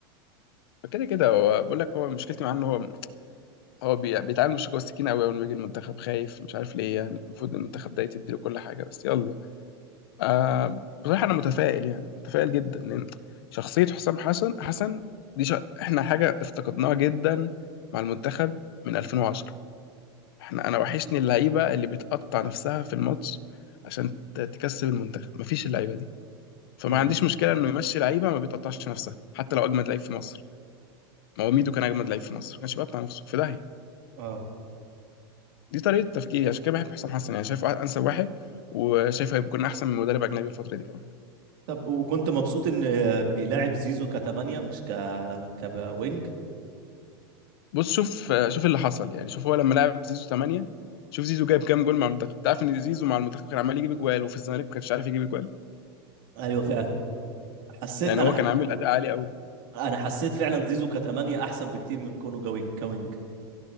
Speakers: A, on the left; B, on the right.
A: كده كده هو بقول لك هو مشكلتي معاه ان هو هو بي- بيتعامل من الشكوى السكينه قوي اول ما يجي المنتخب خايف مش عارف ليه يعني المفروض المنتخب ده يتديله كل حاجه بس يلا آه بصراحه انا متفائل يعني متفائل جدا ان شخصيه حسام حسن حسن دي ش... احنا حاجه افتقدناها جدا مع المنتخب من 2010 احنا انا وحشني اللعيبه اللي بتقطع نفسها في الماتش عشان ت- تكسب المنتخب مفيش اللعيبه دي فما
B: امم
A: عنديش مشكله انه يمشي لعيبه ما بتقطعش نفسها حتى لو اجمد لعيب في مصر ما هو ميدو كان اجمد لعيب في مصر ما كانش بيقطع نفسه في داهيه
B: اه
A: دي طريقة تفكيري عشان كده بحب حسام حسن يعني شايفه أنسب واحد وشايف هيكون أحسن من مدرب أجنبي الفترة دي كمان
B: طب وكنت مبسوط ان بيلاعب زيزو كتمانية مش ك كوينج
A: بص شوف شوف اللي حصل يعني شوف هو لما لعب زيزو 8 شوف زيزو جايب كام جول مع المنتخب تعرف إن زيزو مع المنتخب كان عمال يجيب أجوال وفي الزمالك ما كانش عارف يجيب أجوال
B: ايوه فعلا حسيت
A: يعني
B: انا
A: هو كان عامل أداء عالي أوي
B: انا حسيت فعلا زيزو كتمانية احسن بكتير من كونه جوينج كوينج